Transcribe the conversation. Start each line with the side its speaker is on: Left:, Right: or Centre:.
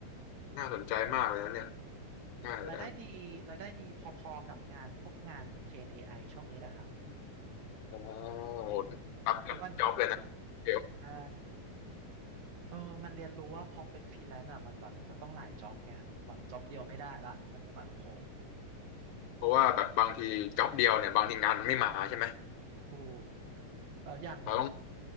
Left: น่าสนใจมากเลยนะเนี่ยน่าจะ
Right: รายได้ดีรายได้ดีพอๆกับงานพวกงานเทรน AI ช่วงนี้แหละครับ
Left: อ๋อ
Right: ทุกอืมทุกวันทุก
Left: โหรับกับจ็อบเลยนะเดี๋ยว
Right: ใช่เออมันเรียนรู้ว่าพอเป็นฟรีแลนซ์อ่ะมันแบบมันต้องหลายจ็อบไงแบบจ็อบเดียวไม่ได้ละมันไม่มั่นคง
Left: เพราะว่าแบบบางทีจ็อบเดียวเนี่ยบางทีงานมันไม่มาใช่ไหม
Right: ถูกแล้วอย่าง
Left: เราต้อง